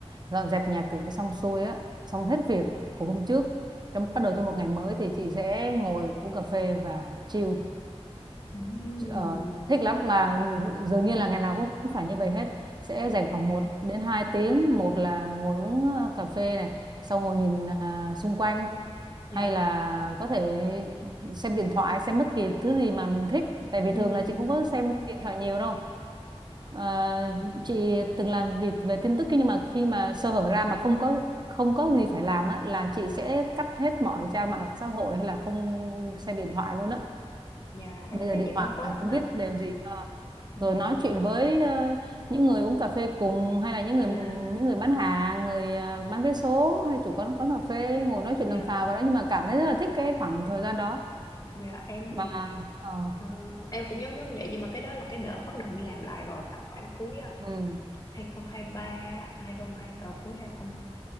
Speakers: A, on the right; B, on the left.
A: dọn dẹp nhà cửa xong xuôi á xong hết việc của hôm trước trong bắt đầu cho một ngày mới thì chị sẽ ngồi uống cà phê và chill
B: ừm,
A: Ờ, thích lắm mà dường như là ngày nào cũng phải như vậy hết sẽ
B: à,
A: dành khoảng một đến hai tiếng một là ngồi uống ờ, cà phê này xong ngồi nhìn à, xung quanh hay
B: yeah,
A: là có thể xem điện thoại xem bất kỳ thứ gì mà mình thích tại vì
B: ừm,
A: thường là chị không có xem điện thoại nhiều đâu Ờ, chị từng làm việc về tin tức nhưng mà khi mà sơ hở ra mà không có không có gì phải làm á là chị sẽ cắt hết mọi trang mạng xã hội hay là không xem điện thoại luôn á
B: yeah,
A: bây
B: em thấy
A: giờ điện
B: vậy
A: thoại
B: cũng tốt
A: không
B: mà,
A: biết để làm gì Ờ
B: ừm,
A: rồi nói chuyện với ờ, những người uống cà phê cùng hay là những người
B: yeah,
A: những người bán hàng người ờ, bán vé số hay chủ quán quán cà phê ngồi nói chuyện
B: yeah,
A: tầm phào vào đó nhưng mà cảm thấy rất là thích cái khoảng thời gian đó
B: yeah. Em
A: mà
B: thì,
A: ờ,
B: ờ, em cũng giống giống vậy nhưng mà cái đó là cái đợt bắt đầu đi làm lại rồi, tầm khoảng cuối, ơ,
A: ừ,
B: 2023 á, 2020 ờ, cuối 20